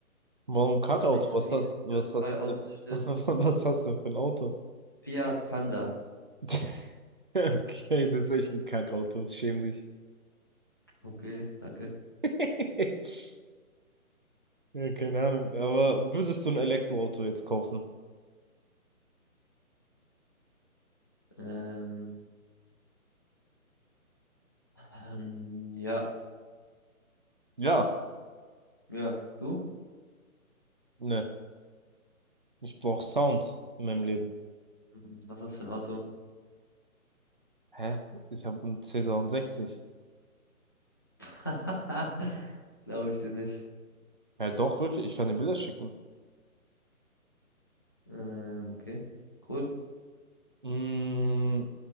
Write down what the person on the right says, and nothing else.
Warum Kackauto?
Was
das,
was hast du
denn? <laughs> Was hast du denn für ein Auto?
<laughs> Okay, das ist echt ein Kackauto. Schäm dich.
<laughs> Ja, keine Ahnung. Aber würdest du ein Elektroauto jetzt kaufen?
Ja.
Ne. Ich brauche Sound in meinem Leben.
Hä? Ich habe einen c dreiundsechzig.
Ja, doch, wirklich. Ich kann dir Bilder schicken.
Mm,